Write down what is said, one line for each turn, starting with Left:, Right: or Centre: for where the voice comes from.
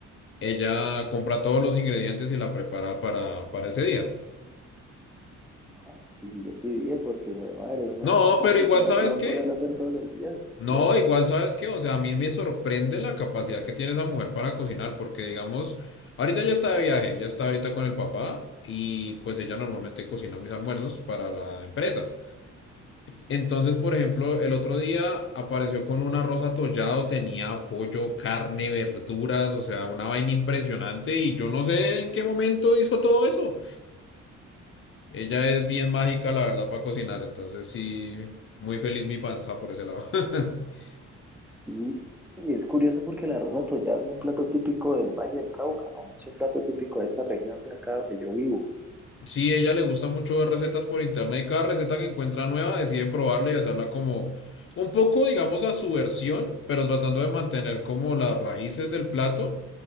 Left: Ella compra todos los ingredientes y la prepara para, para ese día.
Centre: Ah, Sí, yo sí dije porque, hijo de madre, uno,
Left: No,
Centre: esa
Left: pero
Centre: preparación,
Left: igual, ¿sabes qué?
Centre: poderla hacer todos los días es complejo.
Left: No, igual sabes qué, o sea, a mí me sorprende la capacidad que tiene esa mujer para cocinar, porque digamos, ahorita ya está de viaje, ya está ahorita con el papá y pues ella normalmente cocina mis almuerzos para la empresa. Entonces, por ejemplo, el otro día apareció con un arroz atollado, tenía pollo, carne, verduras, o sea, una vaina impresionante y yo no sé en qué momento hizo todo eso. Ella es bien mágica, la verdad, para cocinar, entonces sí, muy feliz mi panza por ese lado. <laughs>
Centre: Y, y es curioso porque la rosa tollada es un plato típico del Valle del Cauca, ¿no? Es un plato típico de esta región de acá donde yo vivo.
Left: Sí, ella le gusta mucho ver recetas por internet y cada receta que encuentra nueva decide probarla y hacerla como un poco, digamos, a su versión, pero tratando de mantener como las raíces del plato.